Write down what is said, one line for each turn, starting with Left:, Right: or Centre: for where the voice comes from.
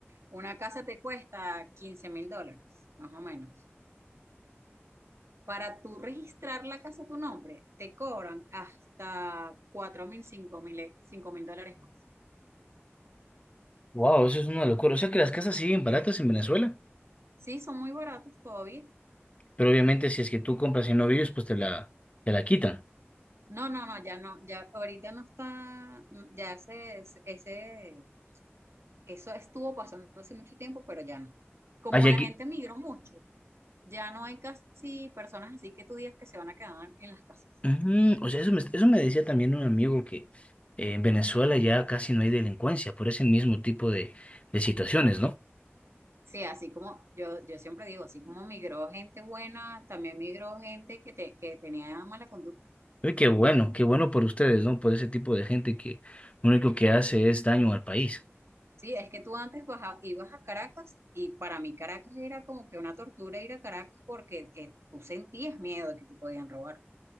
Right: una casa te cuesta quince mil dólares, más o menos. Para tú registrar la casa a tu nombre, te cobran hasta cuatro mil, cinco mil, eh, cinco mil dólares más.
Left: Wow, eso es una locura. O sea que las casas siguen baratas en Venezuela,
Right: Sí, son muy baratos todavía.
Left: pero obviamente si es que tú compras y no vives, pues te la, te la quitan.
Right: No, no, no, ya no, ya ahorita no está, mm, ya se- ese, eso estuvo pasando hace mucho tiempo, pero ya no. Como
Left: Allá,
Right: la gente migró mucho, ya no hay casi personas así que tú digas que se van a quedar en las casas.
Left: Ujú, O sea, eso me, eso me decía también un amigo que eh, en Venezuela ya casi no hay delincuencia por ese mismo tipo de, de situaciones, ¿no?
Right: Sí, así como yo, yo siempre digo, así como migró gente buena, también migró gente que, te, que tenía mala conducta.
Left: Uy, qué bueno, qué bueno por ustedes, ¿no? Por ese tipo de gente que lo único que hace es daño al país.
Right: Sí, es que tú antes baja- ibas a Caracas y para mí Caracas era como que una tortura ir a Caracas porque eh, tú sentías miedo de que te podían robar.